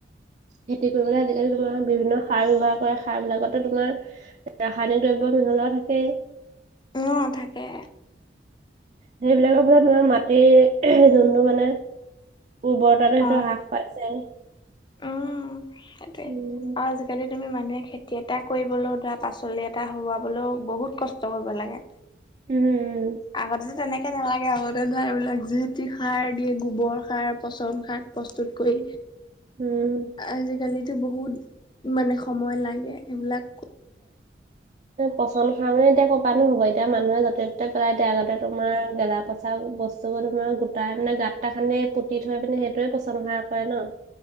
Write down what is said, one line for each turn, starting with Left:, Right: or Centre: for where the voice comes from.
Right: খেতি কৰিবলৈ আজিকালি তোমাৰ বিভিন্ন ধৰণৰ সাৰ ব্যয়ৱহাৰ কৰে সাৰ বিলাকতো তোমাৰ ৰাসায়নিক দ্ৰব্য মিহলোৱা থাকে।
Left: অ', থাকে।
Right: সেইবিলাকৰ ফলত তোমাৰ মাটি যোনটো মানে উৰ্বৰতাতো সেইটো
Left: অ',
Right: হ্ৰাস পাইছে।
Left: উম, সেইটোৱে।
Right: উম।
Left: আৰু আজিকালি তুমি মানুহে খেতি এটা কৰিবলৈও ধৰা পাচলি এটা হোৱাবলৈও বহুত কষ্ট কৰিব লাগে।
Right: উম।
Left: আগতেতো তেনেকে নালাগে আগতে ধৰা এইবিলাক যি টি সাৰ দিয়ে গোবৰ সাৰ, পচন সাৰ প্ৰস্তুত কৰি
Right: উম।
Left: আজিকালিতো বহুত মানে সময় লাগে সেইবিলাক
Right: পচন সাৰ মানে এতিয়া কৰ পা নো হ'ব এতিয়া মানুহে য'তে ত'তে পেলাই এ আগতে তোমাৰ গেলা পচাৰ বস্তু বোৰ তোমাৰ গোটাই মানে গাঁ এটা খানে পুতি থৈ মানে সেইটোয়ে পচনসাৰ কৰে ন।